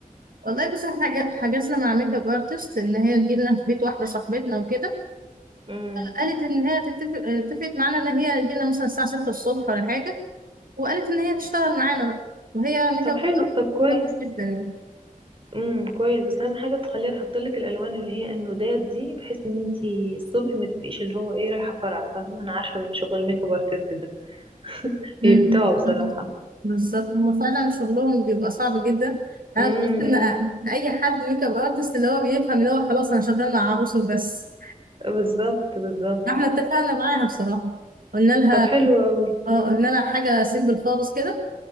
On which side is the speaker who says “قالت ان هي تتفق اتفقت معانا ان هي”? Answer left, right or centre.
Right